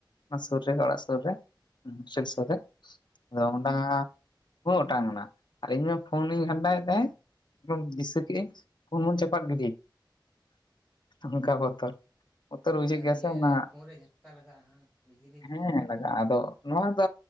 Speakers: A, on the left; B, in the centre.
A: ᱚᱱᱟ ᱥᱩᱨ ᱨᱮ ᱚᱲᱟᱜ ᱥᱩᱨ ᱨᱮ ᱥᱩᱨ
B: ᱦᱮᱸ
A: ᱥᱩᱨ ᱨᱮ ᱟᱫᱚ ᱚᱸᱰᱮ ᱦᱩ ᱚᱴᱟᱝ ᱮᱱᱟ ᱟᱨ ᱤᱧᱢᱟ ᱯᱷᱳᱱᱤᱧ ᱜᱷᱟᱱᱴᱟᱣᱮᱫ ᱛᱟᱦᱮᱸᱫ
B: ᱚ
A: <unintelligible> ᱫᱤᱥᱟᱹᱠᱤᱧ ᱯᱷᱳᱱᱢᱳᱱ ᱪᱟᱯᱟᱜ ᱜᱤᱰᱤ ᱱᱚᱝᱠᱟ ᱵᱚᱛᱚᱨ ᱵᱚᱛᱚᱨ ᱵᱩᱡᱷᱟᱹᱜ
B: ᱟᱫᱚ
A: ᱜᱮᱭᱟ
B: ᱤᱭᱟᱹᱨᱮ
A: ᱥᱮ ᱚᱱᱟ
B: ᱯᱷᱳᱱ ᱨᱮ ᱡᱷᱟᱴᱠᱟ ᱞᱟᱜᱟᱜᱼᱟ ᱦᱟᱜ ᱵᱤᱡᱽᱞᱤ ᱞᱮᱠᱷᱟᱡ
A: ᱦᱮᱸ
B: ᱫᱚ
A: ᱞᱟᱜᱟᱜᱼᱟ ᱟᱫᱚ ᱱᱚᱣᱟ ᱫᱚ